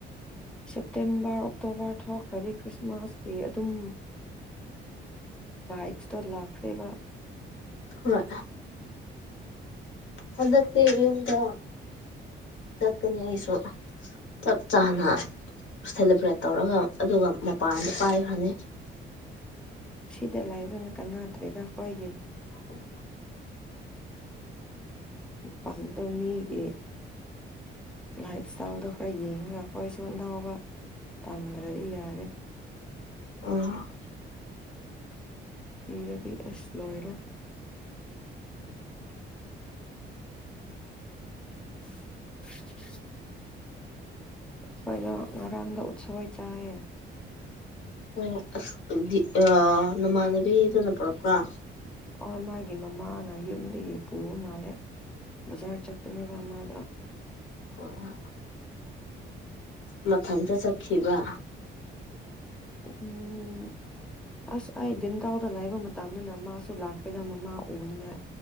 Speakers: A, in the centre; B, on the left.
A: ꯁꯦꯞꯇꯦꯝꯕꯔ ꯑꯣꯛꯇꯣꯕꯔ ꯊꯣꯛꯈ꯭ꯔꯕꯤ ꯈ꯭ꯔꯤꯁꯃꯥꯁ ꯐꯤ ꯑꯗꯨꯝ ꯏꯛꯁꯇ ꯂꯈꯔꯦꯕ
B: ꯍꯣꯏ ꯍꯗꯛꯇꯤ ꯌꯨꯝꯗ ꯆꯥꯛꯠꯀꯅꯤ ꯍꯥꯏꯁꯨ ꯆꯞ ꯆꯥꯅ
A: ꯎꯝ
B: ꯁꯦꯂꯦꯕ꯭ꯔꯦꯠ ꯇꯧꯔꯒ ꯑꯗꯨꯒ ꯃꯄꯥꯟꯗ ꯄꯥꯏꯈ ꯐꯅꯤ
A: ꯁꯤꯗ ꯂꯥꯏꯕ꯭ꯔꯅ ꯀꯥꯟꯅꯗ꯭ꯔꯦꯗ ꯑꯩꯈꯣꯏꯒꯤ
B: ꯍꯣꯏ
A: ꯄꯥꯟꯗ ꯃꯤꯒꯤ ꯂꯥꯏꯐ ꯏꯁꯇꯥꯏꯜꯗꯣ ꯈꯔ ꯌꯦꯡꯉꯒ ꯑꯩꯈꯣꯏꯁꯨ ꯑꯥꯅꯥꯎꯕ ꯇꯝꯗ꯭ꯔꯗꯤ ꯌꯥꯗꯔꯦ
B: ꯑ
A: ꯍꯔꯗꯤ ꯑꯁ ꯂꯣꯏꯔꯦ <unintelligible> ꯑꯩꯈꯣꯏꯗꯣ ꯉꯔꯥꯡꯗ ꯎꯠꯁꯣꯏ ꯆꯥꯏꯌꯦ
B: ꯑꯣ ꯑꯁꯗꯤ ꯑ ꯅꯃꯥꯟꯅꯕꯤꯗꯅ ꯄꯨꯔꯄ꯭ꯔꯣ
A: ꯑꯣ ꯃꯥꯒꯤ ꯃꯃꯥꯅ ꯌꯨꯝꯗꯒꯤ ꯄꯨꯕ ꯃꯥꯜꯂꯦ ꯕꯖꯥꯔ ꯆꯠꯄꯅꯦꯕ ꯃꯥꯗꯣ
B: ꯍ ꯃꯊꯟꯇ ꯆꯠꯈꯤꯕ
A: ꯎꯝ ꯑꯁ ꯑꯩ ꯟꯗꯥꯥꯎꯗ ꯂꯥꯏꯕ ꯃꯇꯝꯗꯨꯅ ꯃꯥꯁꯨ ꯂꯥꯛꯇꯦꯗ ꯃꯃꯥ ꯎꯅꯤꯉꯥꯏ